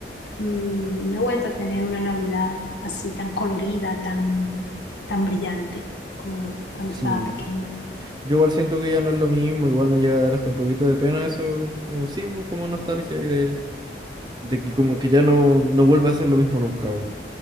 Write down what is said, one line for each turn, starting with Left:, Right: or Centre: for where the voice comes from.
Left: Mm, no he vuelto a tener una Navidad así tan colorida, tan, tan brillante como cuando
Right: sí.
Left: estaba pequeña.
Right: Yo igual siento que ya no es lo mismo, igual me llega a dar hasta un poquito de pena eso. Como, sí, pues, como nostalgia y de, de que como que ya no, no vuelva a ser lo mismo nunca, weón.